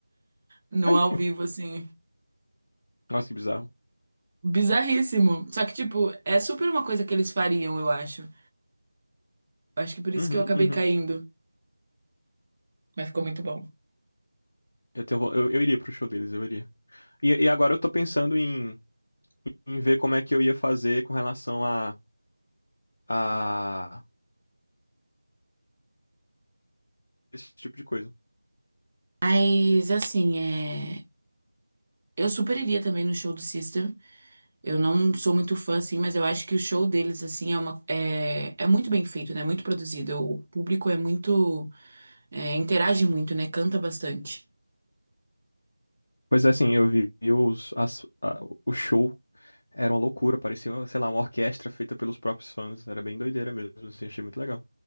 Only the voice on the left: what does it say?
Ai,
Nossa, que bizarro.
Uhum,
uhum.
Eu tenho, vo- eu, eu iria pro show deles, eu iria. E, e agora eu tô pensando em, em ver como é que eu ia fazer com relação a, a esse tipo de coisa.
Pois é, assim, eu vi os, as, a- o show Era uma loucura, parecia, sei lá, uma orquestra feita pelos próprios fãs. Era bem doideira mesmo, assim, achei muito legal.